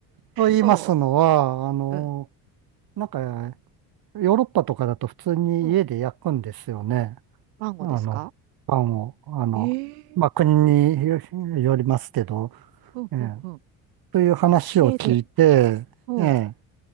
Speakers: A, on the right; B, on the right.
A: と言いますのは、
B: ほ
A: あの、
B: う、うん、
A: なんか、ヨーロッパとかだと普通に家で焼くんですよね。
B: うん。マンゴーですか
A: あの、パンを、あの、
B: ええ
A: まあ、国によりますけど、
B: ふんふんふん。
A: ええ、という話を聞いて、
B: で、で、ほうん。
A: ええ